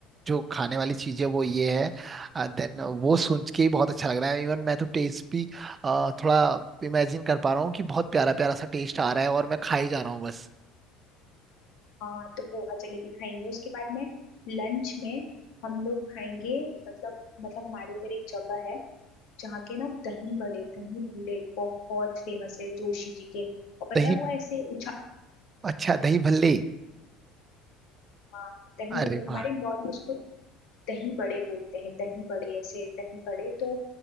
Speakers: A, on the right; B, on the left.
A: जो खाने वाली चीजें वो ये है देन वो सुन के ही बहुत अच्छा लग रहा है इवन मैं तो टेस्ट भी अ, थोड़ा इमेजिन कर पा रहा हूँ कि बहुत प्यारा प्यारा सा टेस्ट आ रहा है और मैं खाई जा रहा हूँ बस
B: हाँ तो पोहा जलेबी खाएंगे उसके बाद में लंच में हम लोग खाएंगे मतलब मतलब हमारे उधर एक जगह है जहाँ के ना दही बड़े दही भल्ले बहुत फेमस है जोशी जी के और पता
A: दही
B: है वो ऐसे उछा
A: अच्छा दही भल्ले
B: हाँ दही
A: अरे
B: बल्ले हमारे
A: वाह
B: इंदौर में उसको दही बड़े बोलते हैं दही बड़े ऐसे दही बड़े तो